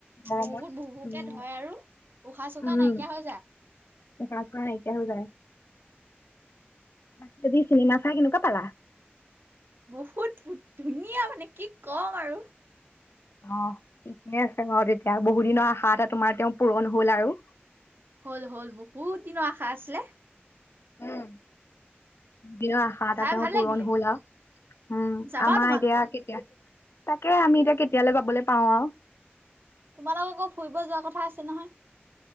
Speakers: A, on the left (about 80°); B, on the right (about 60°).
A: গৰমত
B: বহুত ভু ভুকে
A: উম
B: ধৰে আৰু উশাহ চোখাহ
A: উম
B: নাইকিয়া হৈ যায়।
A: উশাহ চোখাহ নাইকিয়া হৈ যায়। আজ চিনেমা চাই কেনেকোৱা পালা?
B: বহুত ধুনীয়া মানে কি কম আৰু।
A: অ ঠিকেই আছে বাৰু তেতিয়া বহুত দিনৰ আশা এটা তোমাৰ তেওঁ পূৰণ হল আৰু।
B: হ'ল হ'ল বহুত দিনৰ আশা আছিলে।
A: উম। দিনৰ আশা এটা
B: চাই
A: তেওঁ
B: ভাল
A: পূৰণ
B: লাগিলে।
A: হ'ল আও। উম
B: যাবা
A: আমাৰ
B: তোমালোকৰ।
A: এতিয়া কেতিয়া তাকে আমি এতিয়া কেতিয়ালে যাবলে পাওঁ আও।
B: তোমালোকৰ আকৌ ফুৰিব যোৱাৰ কথা আছে নহয়?